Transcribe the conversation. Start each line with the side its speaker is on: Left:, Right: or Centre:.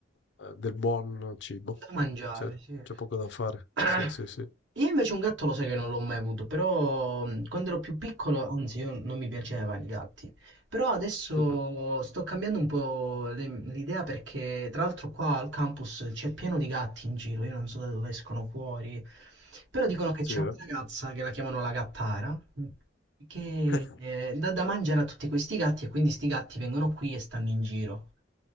Left: eh, del buon cibo.
Right: Da mangiare,
Left: Cioè,
Right: sì.
Left: c'è poco da fare.
Right: <clears throat>
Left: Sì, sì, sì.
Right: Io invece un gatto lo sai che non l'ho mai avuto, però mh, quando ero più piccolo, anzi io non mi piacevano i gatti, però adesso
Left: Mhm.
Right: sto cambiando un po' le- l'idea perché tra l'altro qua al campus c'è pieno di gatti in giro, io non so da dove escono fuori, però dicono che
Left: Sì,
Right: c'è
Left: eh?
Right: una ragazza che la chiamano la gattara, mh, che
Left: <laughs>
Right: eh, dà da mangiare a tutti questi gatti e quindi sti gatti vengono qui e stanno in giro.